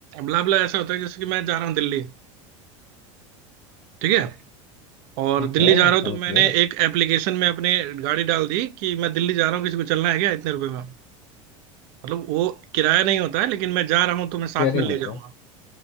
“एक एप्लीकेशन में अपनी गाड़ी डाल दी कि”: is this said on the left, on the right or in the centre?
Right